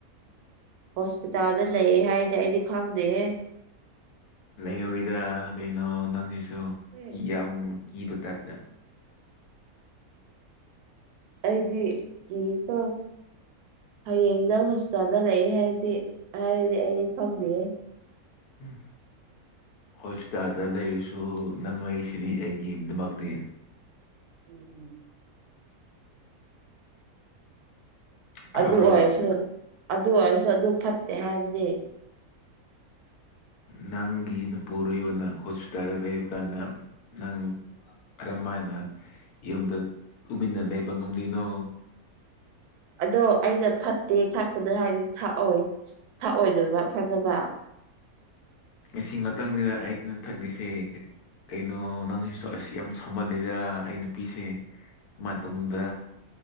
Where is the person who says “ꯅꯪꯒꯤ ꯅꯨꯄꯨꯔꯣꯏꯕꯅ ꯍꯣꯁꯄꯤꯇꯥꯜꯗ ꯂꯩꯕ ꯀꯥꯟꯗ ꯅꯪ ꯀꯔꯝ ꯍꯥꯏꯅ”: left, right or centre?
Left